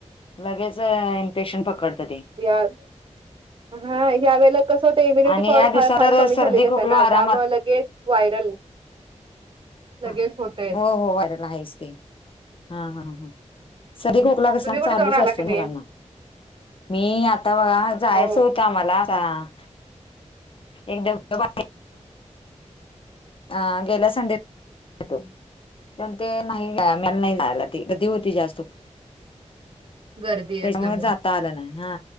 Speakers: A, on the left; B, on the right.
A: लगेच इन्फेक्शन पकडत ते.
B: यात हा ह्यावेळेला कसं होत इम्युनिटी
A: आणि
B: पॉवर
A: ह्या
B: फार
A: दिवसात
B: फार
A: तर
B: कमी
A: सर्दी
B: झालेली असते
A: खोकला
B: ना
A: आरामात
B: त्यामुळे लगेच व्हायरल. लगेच
A: ह
B: होतय
A: हो हो व्हायरल हायेच ते हा हा हा सर्दी
B: तुम्ही
A: खोकला कसा
B: कुठे
A: चालूच
B: जाऊन आला
A: असतो
B: की नाही?
A: मुलांना मी आता बघा जायाच
B: हो.
A: होतं आम्हाला कां एकदमत भारी. अ गेल्या संडे <unintelligible> तो. पण ते नाही नाही जायला ते. गर्दी होती जास्त खुप.
B: गर्दी
A: त्याच्यामुळे
B: असल्यामुळे.
A: जाता आलं नाही. हा